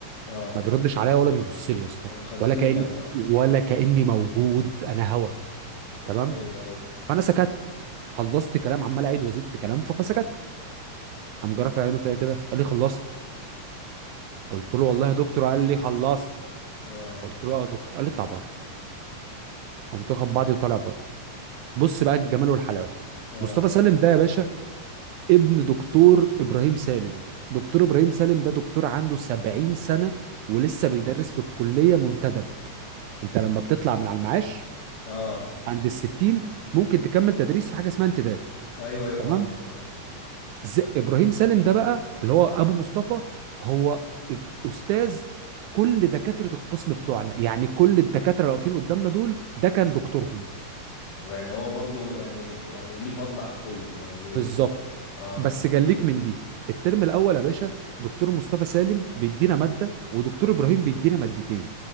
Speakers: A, on the left; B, on the right.
A: اه
B: ما بيردش عليا ولا بيبص لي يا اسطى
A: هو مخزن
B: ولا كأن
A: لك بقى
B: ولا كأني موجود انا هوا تمام
A: ايوه ايوه
B: فانا سكت خلصت كلام عمال اعيد وازيد في كلام فسكت قام جرى في عينه فيا كده قال لي خلصت قلت له والله يا دكتور قال لي خلصت
A: اه
B: قلت له اه يا دكتور قال لي اطلع بره قمت واخد بعضي وطالع بره بص بقى الجمال والحلاوه
A: اه
B: مصطفى سالم ده يا باشا ابن دكتور ابراهيم سالم دكتور ابراهيم سالم ده دكتور عنده 70 سنه ولسه بيدرس في الكليه منتدب انت لما بتطلع من على المعاش
A: اه
B: عند ال 60 ممكن تكمل تدريس في حاجه اسمها انتداب
A: ايوه ايوه فاهمك
B: تمام
A: ايوه
B: ز... ابراهيم سالم ده بقى اللي هو ابو مصطفى هو استاذ كل دكاتره القسم بتوعنا يعني كل الدكاتره اللي واقفين قدامنا دول ده كان دكتورهم
A: ويعني هو برضو يعني يعني ليه فضل على الكل زي ما بيقولوا
B: بالظبط
A: اه
B: بس جليك من دي الترم الاول يا باشا دكتور مصطفى سالم بيدينا ماده ودكتور ابراهيم بيدينا مادتين